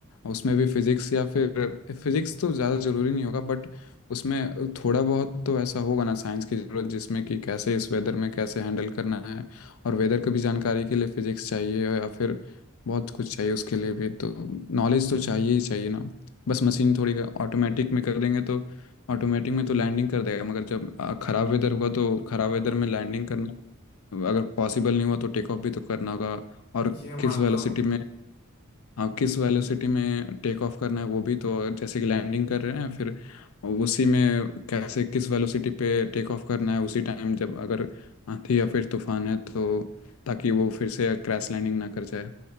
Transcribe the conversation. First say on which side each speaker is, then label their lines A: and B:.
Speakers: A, on the left; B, on the left.
A: उसमें भी फिजिक्स या फिर फिजिक्स तो ज़्यादा ज़रूरी नहीं होगा बट उसमें थोड़ा बहुत तो ऐसा होगा ना साइंस की ज़रूरत जिसमें कि कैसे इस वेदर में कैसे हैंडल करना है और वेदर की भी जानकारी के लिए फिजिक्स चाहिए या फिर बहुत कुछ चाहिए उसके लिए भी तो नॉलेज तो चाहिए ही चाहिए ना बस मशीन थोड़ी ऑटोमेटिक में कर देंगे तो ऑटोमेटिक में तो लैंडिंग कर देगा मगर जब अ, खराब वेदर हुआ तो खराब
B: हाँ
A: वेदर में लैंडिंग करना अगर पॉसिबल नहीं हुआ तो टेक ऑफ भी तो करना होगा और
B: ये
A: किस
B: मानता
A: वेलोसिटी
B: हूँ
A: में हाँ किस वेलोसिटी में टेक ऑफ करना है वो भी तो जैसे कि लैंडिंग कर रहे हैं फिर उसी में कैसे किस वेलोसिटी पे टेक ऑफ करना है उसी टाइम जब अगर आंधी या फिर तूफान है तो ताकि वो फिर से क्रैश लैंडिंग ना कर जाए